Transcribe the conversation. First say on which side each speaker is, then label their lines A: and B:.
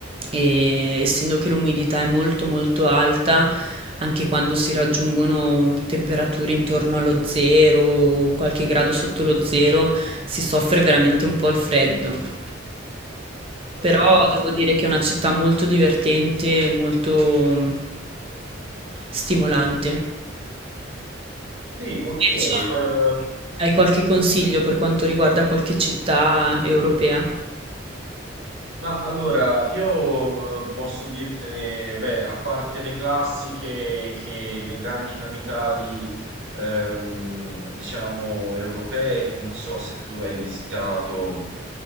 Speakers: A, on the right; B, on the right.
A: e essendo che l'umidità è molto molto alta, anche quando si raggiungono temperature intorno allo zero o qualche grado sotto lo zero, si soffre veramente un po' il freddo.
B: Ok,
A: Però devo dire che è una città molto divertente, molto mm, stimolante.
B: sì, ok.
A: Invece,
B: ehm,
A: hai qualche consiglio per quanto riguarda qualche città europea?
B: Ma allora, io eh, posso dirtene, beh, a parte le classiche che le grandi capitali, ehm, diciamo, europee, che non so se tu hai visitato.